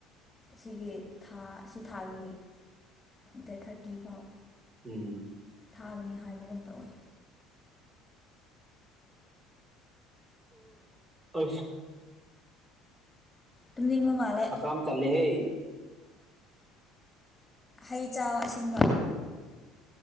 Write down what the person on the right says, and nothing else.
ꯎꯝ
ꯑ
ꯑ ꯀꯝ ꯆꯂꯦꯍꯦ